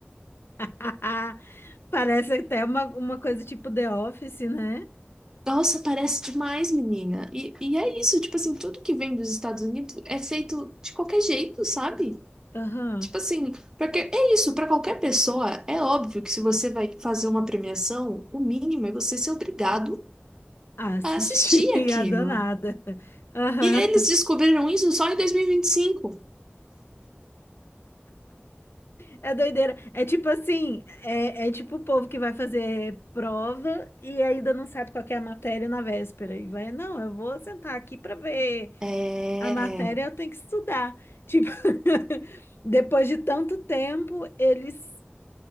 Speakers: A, on the left; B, on the right.
A: <laughs> Parece até uma, uma coisa tipo The Office, né?
B: <laughs> Nossa, parece demais, menina. E, e é isso, tipo assim, tudo que vem dos Estados Unidos é feito de qualquer jeito, sabe?
A: Aham.
B: Tipo assim, porque é isso, para qualquer pessoa, é óbvio que se você vai fazer uma premiação, o mínimo é você ser obrigado
A: Assisti
B: a assistir aquilo.
A: <laughs> a danada. Aham.
B: E eles descobriram isso só em dois mil e e vinte e cinco?
A: É doideira. É tipo assim, é, é tipo o povo que vai fazer prova e ainda não sabe qual que é a matéria na véspera. E vai, não, eu vou sentar aqui pra ver
B: É. é.
A: a matéria, eu tenho que estudar. Tipo, <laughs> depois de tanto tempo, eles.